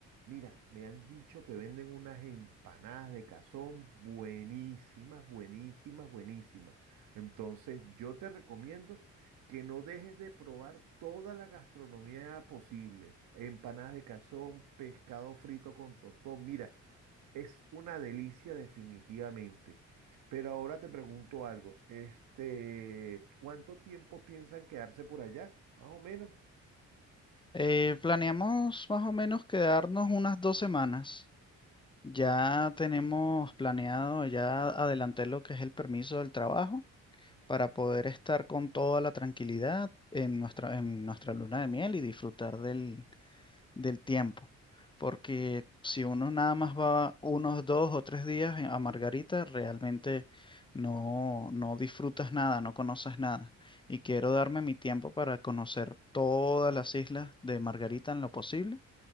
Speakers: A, on the right; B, on the left.
A: Mira, me han dicho que venden unas empanadas de cazón buenísimas, buenísimas, buenísimas. Entonces, yo te recomiendo que no dejes de probar toda la gastronomía posible. Empanadas de cazón, pescado frito con tostón. Mira, es una delicia definitivamente. Pero ahora te pregunto algo, este, ¿cuánto tiempo piensan quedarse por allá? Más o menos.
B: Eh, planeamos más o menos quedarnos unas dos semanas. Ya tenemos planeado, ya adelanté lo que es el permiso del trabajo para poder estar con toda la tranquilidad en nuestra, en nuestra luna de miel y disfrutar del, del tiempo. Porque si uno nada más va unos dos o tres días en- a Margarita, realmente no, no disfrutas nada, no conoces nada. Y quiero darme mi tiempo para conocer todas las islas de Margarita en lo posible,